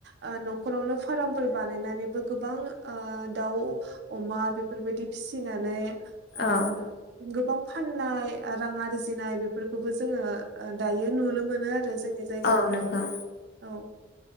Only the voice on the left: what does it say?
औ
औ नंगौ